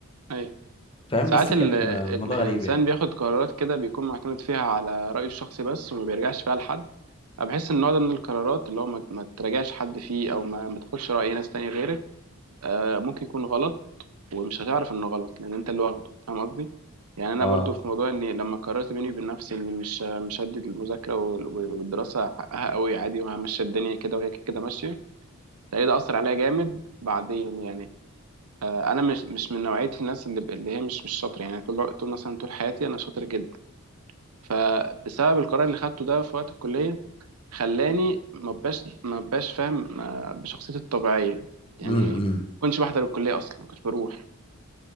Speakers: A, on the right (about 80°); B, on the left (about 25°).
A: ايوه
B: فاهم
A: ساعات
B: بس كان
A: ال... ال...
B: آه، الموضوع
A: الانسان
B: غريب يعني
A: بياخد قرارات كده بيكون معتمد فيها على رايه الشخصي بس وما بيرجعش فيها لحد انا بحس ان النوع ده من القرارات اللي هو ما, ما تراجعش حد فيه او ما, ما تاخدش راي ناس تاني غيرك آه ممكن يكون غلط ومش هتعرف انه غلط لان انت اللي واخده فاهم قصدي يعني انا
B: اه
A: برضو في موضوع اني لما قررت بيني وبين نفسي اني مش مش هدي المذاكره وال- والدراسه حقها قوي عادي وهمشي الدنيا كده وهي كده ماشيه تلاقي ده اثر عليا جامد بعدين يعني آه، انا مش مش من نوعيه الناس اللي ب- اللي هي مش مش شاطره يعني طول طول مثلا طول حياتي انا شاطر جدا فبسبب القرار اللي خدته ده في وقت الكليه خلاني ما بقاش ما بقاش فاهم آه، بشخصيتي الطبيعيه يعني
B: امم إمم.
A: ما كنتش بحضر الكليه اصلا ما كنتش بروح